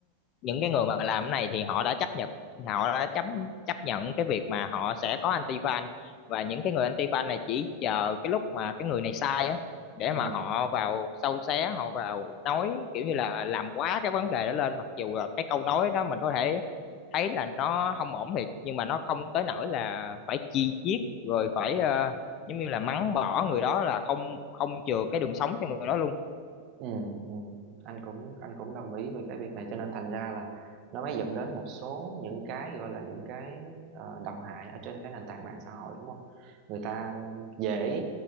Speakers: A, on the left (about 35°); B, on the right (about 40°).
A: những cái người mà làm cái này thì họ đã chấp nhận họ đã chấp chấp nhận cái việc mà họ sẽ có anti fan và những cái người anti fan này chỉ chờ cái lúc mà cái người này sai á để
B: ừ.
A: mà họ vào sâu xé họ vào nói kiểu như là làm quá cái vấn đề đó lên mặc dù là cái câu nói đó mình có thể thấy là nó không ổn thiệt nhưng mà nó không tới nỗi là phải chi chiết rồi phải ờ, giống như là mắng bỏ người đó là không không chừa cái đường sống cho người đó luôn
B: ừ, ừ. anh cũng anh cũng đồng ý với cái việc này cho nên thành ra là nó mới dẫn đến một số những cái gọi là những cái ờ, độc hại ở trên cái nền tảng mạng xã hội đúng không người ta dễ